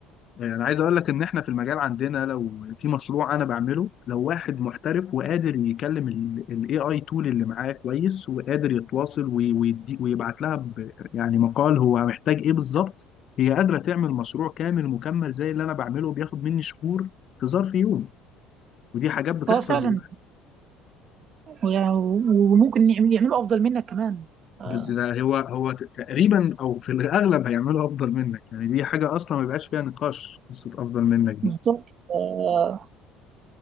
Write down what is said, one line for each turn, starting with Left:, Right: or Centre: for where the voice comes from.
Left: يعني انا عايز اقول لك ان احنا في المجال عندنا لو في مشروع انا بعمله لو واحد محترف وقادر يكلم الاي اي تول اللي معاه كويس وقادر يتواصل وي- ويدي ويبعت لها ب- يعني مقال هو محتاج ايه بالظبط هي قادرة تعمل مشروع كامل مكمل زي اللي انا بعمله بياخد مني شهور في ظرف يوم ودي حاجات بتحصل
Right: اه فعلا
Left: دلوقتي
Right: و- وممكن يعمل- يعملوا أفضل منك كمان آه،
Left: بس ده هو هو ت- تقريبا او في الاغلب هيعملوا افضل منك يعني دي حاجة اصلا ما بيبقاش فيها نقاش قصة افضل منك دي
Right: بالظبط آه،